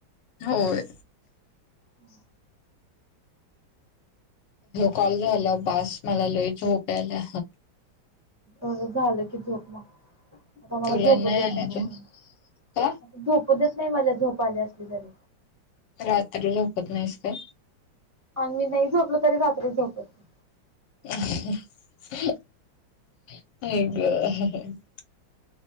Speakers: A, on the left; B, on the right.
A: होय.
B: हम्
A: कॉल झाला बस मला लोई झोप्या आले
B: एढ झालं की झोप म आता मला
A: तुला
B: झोप देत
A: आली
B: नाही बघ
A: झोप
B: म्ह
A: का?
B: झोपू देत नाही मला झोप आली असली तरी
A: रात्री झोपत नाहीस का
B: आणि मी नाही झोपलो तरी रात्री झोपत नाही.
A: <unintelligible>